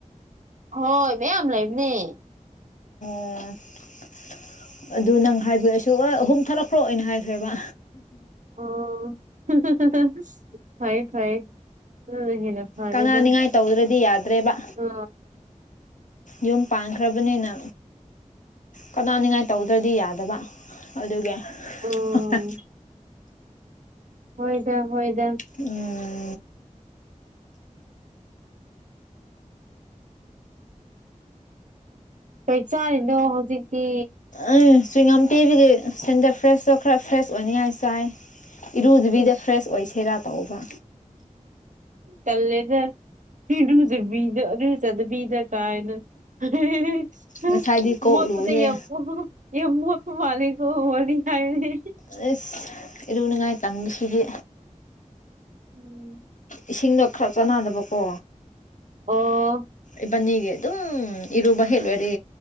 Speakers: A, on the right; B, on the left.
A: ꯍꯣꯏ ꯃꯌꯥꯝ ꯂꯩꯕꯅꯦ
B: <unintelligible> ꯑꯗꯨ ꯅꯪ ꯍꯥꯏꯕꯤꯔꯛꯁꯨ ꯍ ꯑꯍꯨꯝ ꯊꯥꯂꯛꯈ꯭ꯔꯣ ꯑꯣꯏꯅ ꯍꯥꯏꯈ꯭ꯔꯦꯕ
A: ꯑꯣ ꯍ ꯍ ꯍ ꯍ ꯐꯩ ꯐꯩ ꯑ ꯍꯅ ꯐꯥꯔꯦꯗ
B: ꯀꯅꯥꯅꯤꯡꯉꯥꯏ ꯇꯧꯗ꯭ꯔꯗꯤ ꯌꯥꯗ꯭ꯔꯦꯕ
A: ꯑ
B: ꯌꯨꯝ ꯄꯥꯟꯈ꯭ꯔꯕꯅꯤꯅ ꯀꯥꯟꯅꯅꯤꯡꯉꯥꯏ ꯇꯧꯗ꯭ꯔꯗꯤ ꯌꯥꯗꯕ ꯑꯗꯨꯒꯤ
A: ꯑꯥ
B: ꯍ ꯍ
A: ꯍꯣꯏꯗ ꯍꯣꯏꯗ
B: ꯎꯝ
A: ꯀꯩ ꯆꯥꯔꯤꯅꯣ ꯍꯧꯖꯤꯛꯇꯤ
B: ꯑ ꯆꯨꯏꯒꯝ ꯄꯤꯕꯒꯤ ꯁꯦꯟꯗꯐ꯭ꯔꯦꯁꯇꯣ ꯈꯔ ꯐ꯭ꯔꯦꯁ ꯑꯣꯏꯅꯉꯥꯏ ꯆꯥꯏ꯫ ꯏꯔꯨꯗꯨꯕꯤꯗ
A: ꯏꯁ
B: ꯐ꯭ꯔꯦꯁ ꯑꯣꯏꯁꯦꯔꯥ ꯇꯧꯕ꯫
A: ꯇꯜꯂꯦꯗ ꯏꯔꯨꯖꯕꯤꯒ꯫ ꯏꯔꯨꯖꯗꯕꯤꯗ ꯀꯥꯥꯏꯅ <unintelligible>
B: ꯉꯁꯥꯏꯗꯤ ꯀꯣꯛ
A: ꯃꯣꯠꯄꯗꯣ
B: ꯂꯨꯍꯦ
A: ꯌꯥꯝ <unintelligible> ꯌꯥꯝ ꯃꯣꯠꯄ ꯃꯥꯜꯂꯦ ꯀꯣ ꯋꯥꯔꯤ ꯍꯥꯏ <unintelligible>
B: ꯑꯩꯁ ꯏꯔꯨꯅꯤꯉꯥꯏ ꯇꯟꯕꯁꯤꯗꯤ꯫
A: ꯎꯝ
B: ꯏꯁꯤꯡꯗꯣ ꯈꯔ ꯆꯥꯟꯅꯗꯕꯀꯣ꯫
A: ꯑꯣ
B: ꯏꯕꯥꯟꯅꯤꯒꯤ ꯑꯗꯨꯝ ꯏꯔꯨꯕ ꯍꯦꯛꯂꯣꯏꯔꯦ